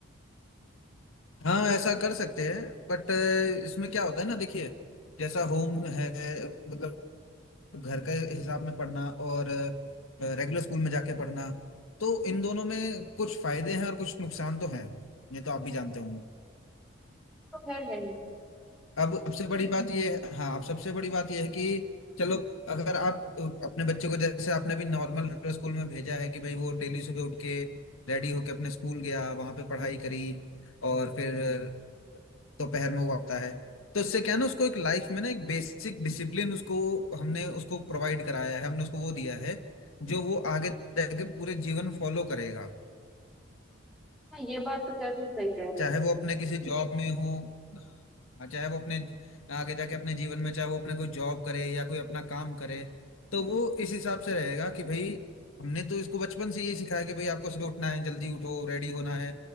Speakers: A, on the left; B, in the centre.
A: हाँ ऐसा कर सकते हैं बट अ, इसमें क्या होता है ना देखिए जैसा होम है मतलब घर के हिसाब में पढ़ना और रेगुलर स्कूल में जाके पढ़ना तो इन दोनों में कुछ फायदे हैं और कुछ नुकसान तो हैं ये तो आप भी जानते हो
B: तो खैर है ही
A: अब सबसे बड़ी बात यह है हाँ अब सबसे बड़ी बात यह है कि चलो अगर आप अ, अपने बच्चे को जैसे आपने भी नॉर्मल स्कूल में भेजा है कि भाई वो डेली सुबह उठ के रेडी होके अपने स्कूल गया वहां पे पढ़ाई करी और फिर दोपहर में वो आता है तो इससे क्या है ना उसको एक लाइफ में ना एक बेसिक डिसिप्लिन उसको हमने उसको प्रोवाइड कराया है हमने उसको वो दिया है जो वो आगे जाके पूरे जीवन फॉलो करेगा
B: हाँ ये बात तो खैर तुम सही कह रहे
A: चाहे
B: हो
A: वो अपने किसी जॉब में हो हाँ, चाहे वो अपने आगे जाके अपने जीवन में चाहे वो अपने कोई जॉब करे या कोई अपना काम करे तो वो इस हिसाब से रहेगा कि भाई हमने तो इसको बचपन से यही सिखाया कि भाई आपको सुबह उठना है जल्दी उठो रेडी होना है